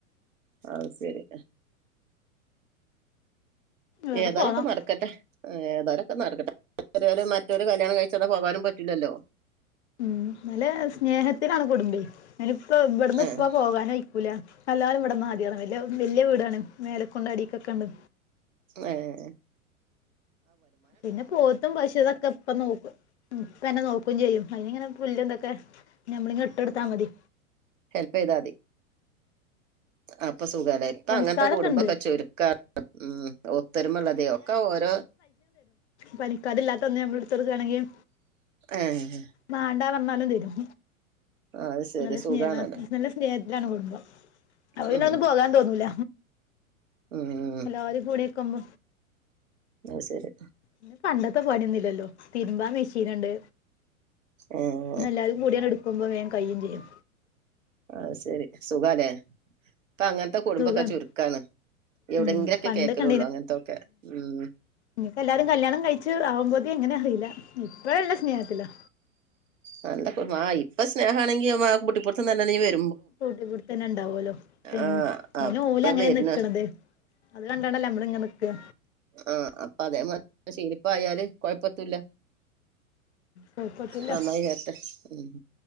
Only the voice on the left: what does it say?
വേറെ
പോണം
ഉം നല്ല സ്നേഹത്തിലാണ് കുടുംബി ഞാന ഇപ്പ ഇവിടുന്ന്
ഇപ്പ പോകാനയ് ക്കൂലാ എല്ലാരും ഇവിടന്നാതി വ വല്യ വീടാണ് മേലെക്കൊണ്ട് അടിക്കൊക്കെ ഉണ്ട്
പിന്നെ പോത്തും പശുതൊക്കെ ഇപ്പ നോക്കും. ഇപ്പന്നെ നോക്കുംചെയ്യും അതിനിങ്ങനെ പുല്ല് തൊക്കെ നമ്മളിങ്ങനെ ഇട്ട് കൊടുത്താൽ മതി.
പണിക്കാരൊക്കെ
ഉണ്ട്
പണിക്കാരില്ലാത്തന്ന് ഞമ്മൾ എടുത്തൊടുക്കാണെങ്കിൽ
മാണ്ട പറഞ്ഞാലും തരും,
നല്ല
സ്നേഹ നല്ല സ് സ്‌നേഹത്തിലാണ് കുടുംബം അപ്പോ പിന്നെ
ഒന്നും പോകാൻ തോന്നൂല.
എല്ലാരും <unintelligible>
ഇന്ന്പ്പ പണ്ടത്തെ പണിയൊന്നില്ലല്ലോ തിരുമ്പാൻ മിഷീൻ ചെയ്യണ്ട്
പിന്നെ, എല്ലാരും കൂടിയാണ്ട് എടുക്കുമ്മ്പോം വേഗം കയ്യിംചെയ്യും.
സുഖാണ്
ഉം
പണ്ടൊക്കെ
ഇഞ്ഞിപ്പോ എല്ലാരും കല്യാണം കഴിച്ച് ആവുമ്പോതിന്എങ്ങനെ അറിയിലാ ഇപ്പഴല്ല സ്നേഹത്തിലാ.
കൂട്ടി പുടിത്തന്നെ ഇണ്ടാവല്ലോ പിന്നെ
അയ്ന് ഓലങ്ങനെയാ
നിക്കണത്. അത് കണ്ടാണ്ടല്ലേ നമ്മളിങ്ങന നിക്ക
കുഴപ്പട്ടൂല്ല